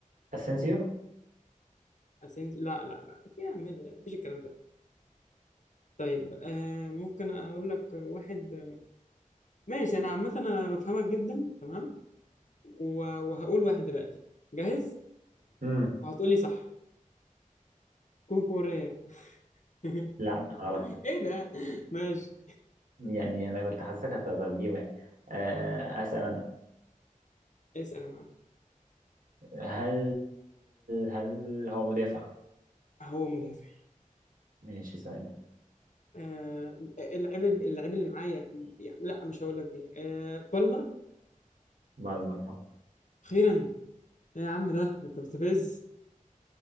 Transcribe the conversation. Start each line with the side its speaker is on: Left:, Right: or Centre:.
Right: اسينسيو
Left: اسينسيو لا لا لا إيه يا عم إيه؟ مفيش الكلام ده طيب آه ممكن اقول لك واحد ماشي انا عامه انا بفهمك جدا تمام و- وهقول واحد دلوقتي جاهز
Right: امم
Left: وهتقول لي صح كوكوريا <laughs>
Right: لا غلط
Left: ايه ده ماشي
Right: يعني انا كنت حاسسك هت- هتجيبه يعني آه، اسال انا
Left: اسال يا معلم
Right: هل هل هو مدافع
Left: هو مدافع
Right: ماشي اسال انت
Left: آه اللعيب اللعيب اللي معايا يعني لا مش هقول لك بيها آه بالمر
Right: بالمره
Left: اخيرا إيه يا عم ده انت مستفز